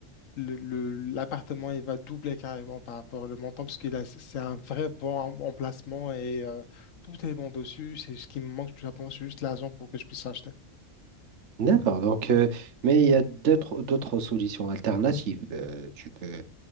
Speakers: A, on the left; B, on the right.
A: le, le- l'appartement il va doubler carrément par rapport au montant parce qu'il a c'est un vrai bon em- emplacement et euh, tout est bon dessus. C'est ce qui me manque tout simplement, c'est juste l'argent pour que je puisse l'acheter.
B: D'accord. Donc, euh, mais il y a d'autres d'autres solutions alternatives. Euh, tu peux